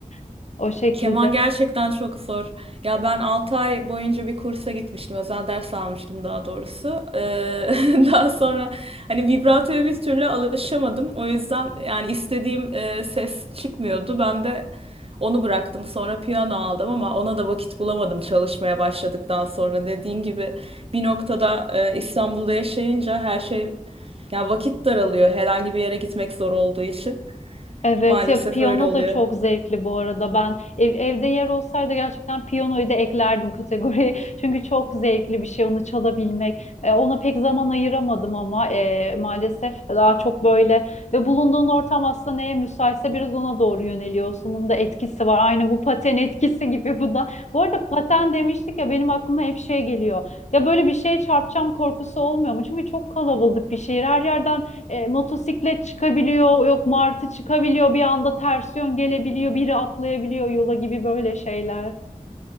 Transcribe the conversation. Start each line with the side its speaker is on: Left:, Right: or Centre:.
Left: <laughs> o şekilde.
Right: Keman gerçekten çok zor. Ya ben 6 ay boyunca bir kursa gitmiştim. Özel ders almıştım daha doğrusu. Ee, <laughs> daha sonra hani vibratoya bir türlü alışamadım. O yüzden yani istediğim e, ses çıkmıyordu. Ben de onu bıraktım. Sonra piyano aldım ama ona da vakit bulamadım çalışmaya başladıktan sonra. Dediğin gibi bir noktada e, İstanbul'da yaşayınca her şey ya vakit daralıyor. Herhangi bir yere gitmek zor olduğu için.
Left: Evet
Right: Maalesef
Left: ya piyano
Right: öyle oluyor.
Left: da çok zevkli bu arada. Ben ev- evde yer olsaydı gerçekten piyanoyu da eklerdim kategoriye. <laughs> Çünkü çok zevkli bir şey onu çalabilmek. E, ona pek zaman ayıramadım ama e, maalesef daha çok böyle ve bulunduğun ortam aslında neye müsaitse biraz ona doğru yöneliyorsun. Bunun da etkisi var. Aynı bu paten etkisi gibi bu da. Bu arada paten demiştik ya benim aklıma hep şey geliyor. Ya böyle bir şeye çarpacağım korkusu olmuyor mu? Çünkü çok kalabalık bir şehir. Her yerden e, motosiklet çıkabiliyor, yok martı çıkabiliyor, bir anda ters yön gelebiliyor, biri atlayabiliyor yola gibi böyle şeyler.